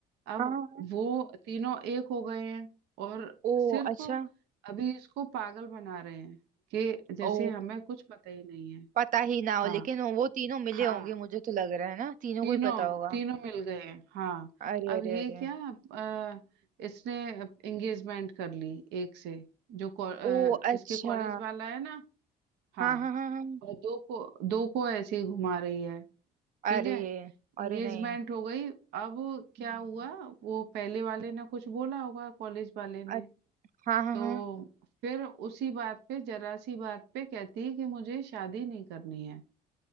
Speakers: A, on the right; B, on the right.
A: अब
B: हाँ हाँ।
A: वो तीनों एक हो गए हैं और
B: ओ
A: सिर्फ
B: अच्छा
A: अभी इसको पागल बना रहे हैं कि जैसे
B: ओ
A: हमें कुछ पता ही नहीं है
B: पता ही ना हो
A: हाँ
B: लेकिन वो तीनों मिले
A: हाँ
B: होंगे मुझे तो लग रहा है ना तीनों
A: तीनों
B: को ही पता होगा
A: तीनों मिल गए हैं हाँ
B: अरे
A: अब
B: अरे
A: ये
B: अरे
A: क्या अ, इसने एंगेजमेंट कर ली एक से जो को, अ,
B: ओ अच्छा
A: इसके कॉलेज वाला है ना हाँ
B: हाँ हाँ हाँ हाँ
A: और दो को दो को ऐसे ही घुमा रही है ठीक
B: अरे
A: है एंगेजमेंट
B: अरे नहीं
A: हो गई अब क्या
B: हम्म,
A: हुआ वो पहले वाले ने कुछ बोला होगा कॉलेज वाले ने
B: अ- हाँ हाँ
A: तो
B: हाँ
A: फिर उसी बात पे जरा सी बात पे कहती है कि मुझे शादी नहीं करनी है